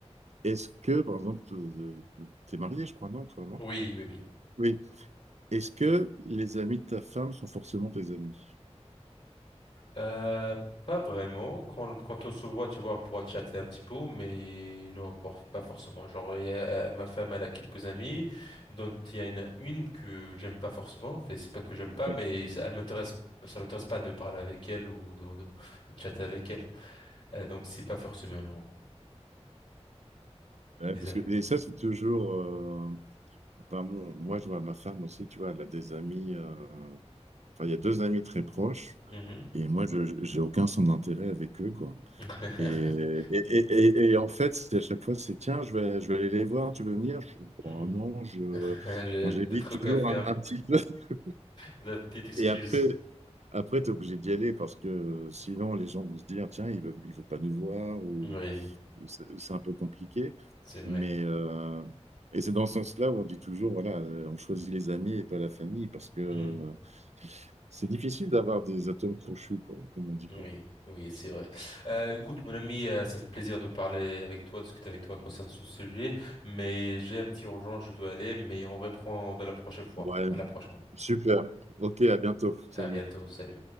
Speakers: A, on the right; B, on the left.
A: est-ce que, par exemple, euh, t'es marié, je crois, non, toi, non?
B: oui, oui, oui.
A: Oui. Est-ce que les amis de ta femme sont forcément tes amis?
B: Euh, pas vraiment. Quand, quand on se voit, tu vois, on pourra chatter un petit peu, mais non, pour- pas forcément. Genre, il y a- euh, ma femme, elle a quelques amis, dont il y en a une que j'aime pas forcément. En fait, c'est pas que j'aime pas,
A: Ouais,
B: mais ça- elle m'intéresse, ça m'intéresse pas de parler avec elle ou de, de, de chatter avec elle. Euh, donc, c'est pas forcément, non,
A: ouais,
B: les
A: parce
B: amis
A: que
B: de...
A: et ça c'est toujours. euh, enfin, mon- moi je vois ma femme aussi, tu vois, elle a des amis. euh, enfin, il y a deux amis très proches
B: Mhm.
A: et moi je je- j'ai aucun son d'intérêt avec eux quoi.
B: <laughs>
A: Et, et, et, et- et en fait c'est à chaque fois c'est tiens je vais je vais aller les voir, tu veux venir? Je,
B: Mhm.
A: bon, non je.
B: <laughs> J'ai
A: Enfin, j'évite
B: des trucs
A: toujours
B: à faire.
A: un, un petit peu. <laughs>
B: La petite excuse.
A: Et après après t'es obligé d'y aller parce que sinon les gens vont se dire tiens il veut il veut pas nous voir
B: Oui,
A: c'est un peu compliqué.
B: c'est vrai.
A: Mais, euh, et c'est dans ce sens-là où on dit toujours, voilà, euh, on choisit les amis et pas la famille, parce que euh,
B: Mhm.
A: c'est difficile d'avoir des atomes crochus, quoi, comme on dit.
B: Oui,
A: Quoi.
B: oui, c'est vrai. Euh, écoute, mon ami, euh, ça fait plaisir de parler avec toi, de discuter avec toi concernant ce sujet, mais j'ai un petit urgent, je dois aller, mais on reprend de la prochaine fois.
A: Ouais,
B: À la prochaine.
A: super. Ok, à bientôt.
B: À
A: Salut.
B: bientôt, salut.